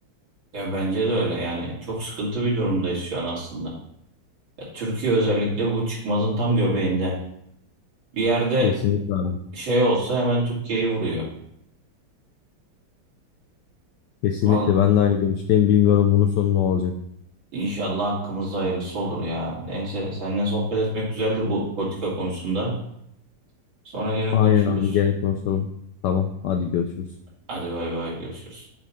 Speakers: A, on the right (about 60°); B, on the left (about 80°).
A: Ya bence de öyle yani. Çok sıkıntı bir durumdayız şu an aslında. Ya Türkiye özellikle bu çıkmazın tam göbeğinde. Bir yerde
B: Kesinlikle abi.
A: şey olsa hemen Türkiye'yi vuruyor.
B: Kesinlikle
A: Val
B: ben de aynı görüşteyim. Bilmiyorum bunun sonu ne olacak.
A: inşallah hakkımızda hayırlısı olur ya. Neyse seninle sohbet etmek güzeldi bu politika konusunda. Sonra gene
B: Aynen
A: konuşuruz.
B: abi gene konuşalım. Tamam hadi görüşürüz.
A: Hadi bay bay görüşürüz.